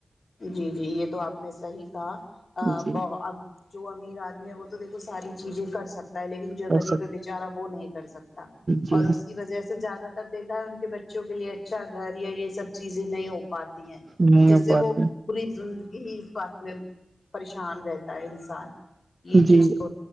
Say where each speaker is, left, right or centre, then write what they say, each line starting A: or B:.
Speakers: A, on the left; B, on the right.
A: جی جی یہ تو آپ نے صحیح کہا
B: جی
A: بب <unintelligible> جو امیر آدمی ہے وہ تو دیکھو ساری چیزیں کر سکتا ہے لیکن جو
B: کر
A: غریب
B: سک
A: ہے بیچارا وہ نہیں کر سکتا
B: جی
A: اور اس کی وجہ سے زیادہ تر دیکھ ان کے بچوں کے لیے اچھا گھر یا یہ سب چیزیں نہیں ہو پاتی ہیں
B: نہیں
A: جس
B: ہو
A: سے
B: پاتی
A: وہ پوری زندگی اس بات میں پریشان رہتا ہے انسان یہ
B: جی
A: چیز تو